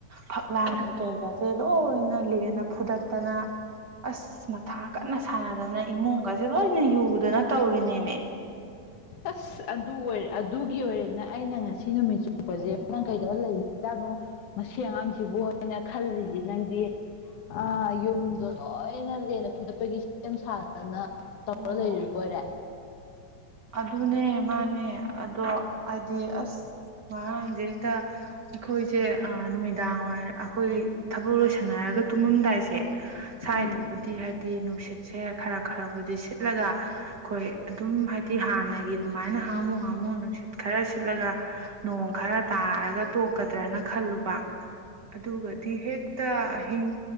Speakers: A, on the right; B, on the left.
A: ꯐꯛꯂꯥꯡ ꯀꯩ ꯀꯩꯀꯥꯁꯦ ꯂꯣꯏꯅ ꯂꯦꯅ ꯐꯨꯗꯠꯇꯅ ꯑꯁ ꯃꯊꯥ ꯀꯟꯅ ꯁꯥꯟꯅꯗꯅ ꯏꯃꯨꯡꯒꯁꯦ ꯂꯣꯏꯅ ꯌꯨꯗꯅ ꯇꯧꯔꯤꯅꯦꯃꯦ
B: ꯑꯁ ꯑꯗꯨ ꯑꯣꯏꯔ ꯑꯗꯨꯒꯤ ꯑꯣꯏꯔꯦꯅ ꯑꯩꯅ ꯉꯁꯤ ꯅꯨꯃꯤꯠ ꯆꯨꯞꯄꯁꯦ ꯅ ꯅꯪ ꯀꯩꯗꯧ ꯂꯩꯔꯤꯖꯥꯠꯅꯣ ꯃꯁꯤ ꯑꯉꯥꯡꯁꯤꯕꯨꯅ ꯈꯜꯂꯤꯁꯤ ꯅꯪꯗꯤ ꯑꯥ ꯌꯨꯝꯗꯣ ꯂꯣꯏꯅ ꯂꯦꯅ ꯐꯨꯗꯠꯄꯒꯤ ꯁꯦꯝ ꯁꯥꯟꯅꯅ ꯇꯧꯔ
A: ꯑꯣ
B: ꯂꯩꯔꯤ ꯀꯣꯏꯔꯦ
A: ꯑꯗꯨꯅꯦ ꯃꯥꯅꯦ ꯑꯗꯣ ꯍꯥꯏꯗꯤ ꯑꯁꯥꯡ ꯍꯧꯖꯤꯛꯇ ꯑꯩꯈꯣꯏꯁꯦ ꯅꯨꯃꯤꯗꯥꯡ ꯋꯥꯏꯔ ꯑꯩꯈꯣꯏ ꯊꯕꯛ ꯂꯣꯏꯁꯟꯅꯔꯒ ꯇꯨꯝꯃꯝꯗꯥꯏꯁꯦ ꯁꯥꯏꯗꯕꯨ
B: ꯎꯝ
A: ꯍꯥꯏꯗꯤ ꯅꯨꯡꯁꯤꯠꯁꯦ ꯈꯔ ꯈꯔꯕꯨꯗꯤ ꯁꯤꯠꯂꯒ ꯑꯩꯈꯣꯏ ꯑꯗꯨꯝ ꯍꯥꯏꯗꯤ ꯍꯥꯟꯅꯒꯤ ꯑꯗꯨꯃꯥꯏꯅ ꯍꯥꯝꯃꯨ ꯍꯥꯝꯃꯨ ꯅꯨꯡꯁꯤꯠ ꯈꯔ ꯁꯤꯠꯂꯒ ꯅꯣꯡ ꯈꯔ ꯇꯥꯔꯒ ꯇꯥꯔꯛꯀꯗ꯭ꯔꯅ ꯈꯜꯂꯨꯕ ꯑꯗꯨꯒꯗꯤ ꯍꯦꯛꯇ ꯑꯍꯤꯡ